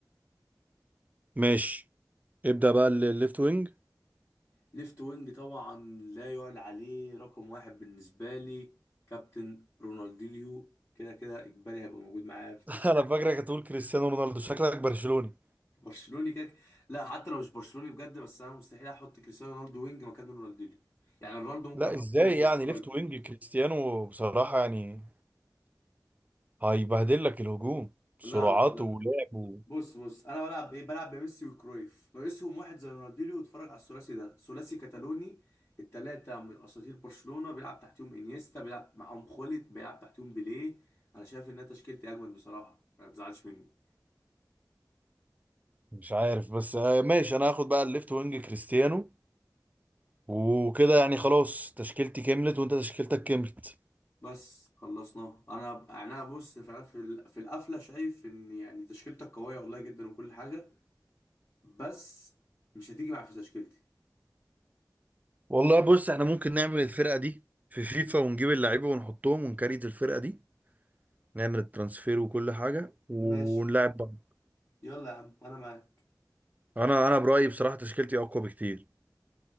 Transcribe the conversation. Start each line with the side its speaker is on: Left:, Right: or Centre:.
Right: ماشي ابدأ بقى الليفت وينج
Left: ليفت وينج طبعا لا يعلى عليه رقم واحد بالنسبة لي كابتن رونالدينيو كده كده اجباري هيبقى موجود معايا في التشكيل
Right: <laughs> انا فاكرك هتقول كريستيانو رونالدو شكلك برشلوني
Left: برشلوني كده لا حتى لو مش برشلوني بجد بس انا مستحيل احط كريستيانو رونالدو وينج مكان رونالدينيو يعني رونالدو ممكن
Right: لا
Left: احطه
Right: ازاي يعني
Left: سترايكر
Right: ليفت وينج كريستيانو بصراحة يعني هيبهدل لك الهجوم سرعاته
Left: لا لا لا
Right: ولعبه
Left: بص بص انا بلعب بايه بلعب بميسي وكرويف ناقصهم واحد زي رونالدينيو واتفرج على الثلاثي ده ثلاثي كتالوني التلاتة من اساطير برشلونة بيلعب تحتهم انيستا بيلعب معاهم خوليت بيلعب تحتهم بيليه انا شايف انها تشكيلتي اجمد بصراحة ما تزعلش مني
Right: مش عارف بس آه، ماشي انا هاخد بقى الليفت وينج كريستيانو وكده يعني خلاص تشكيلتي كملت وانت تشكيلتك كملت
Left: بس خلصناها انا ب- يعني انا بص فعلا في ال- في القفلة شايف ان يعني تشكيلتك قوية والله جدا وكل حاجة بس مش هتيجي معايا في تشكيلتي
Right: والله بص احنا ممكن نعمل الفرقة دي في فيفا ونجيب اللعيبة ونحطهم ونكريت الفرقة دي نعمل الترانسفير وكل حاجة ونلعب
Left: ماشي
Right: بعض
Left: يلا يا عم انا معاك
Right: انا انا برأيي بصراحة تشكيلتي اقوى بكتير